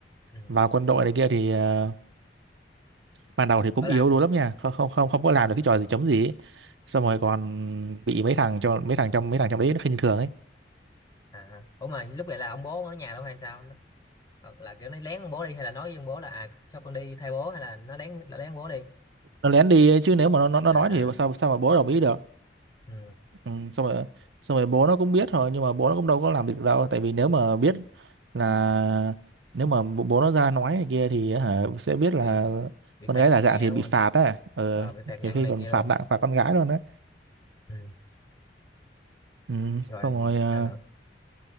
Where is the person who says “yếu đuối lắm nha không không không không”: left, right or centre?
Right